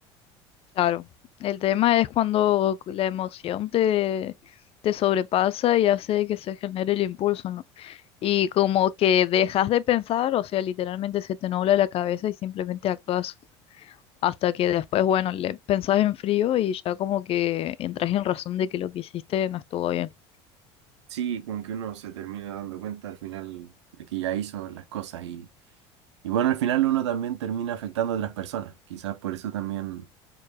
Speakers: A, on the left (about 45°); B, on the right (about 85°).
A: Claro. El tema es cuando la emoción te, te sobrepasa y hace que se genere el impulso, ¿no? Y como que dejas de pensar, o sea, literalmente se te nubla la cabeza y simplemente actúas hasta que después, bueno, le pensás en frío y ya como que entras en razón de que lo que hiciste no estuvo bien.
B: Sí, como que uno se termina dando cuenta al final de que ya hizo las cosas y, y bueno, al final uno también termina afectando a otras personas. Quizás por eso también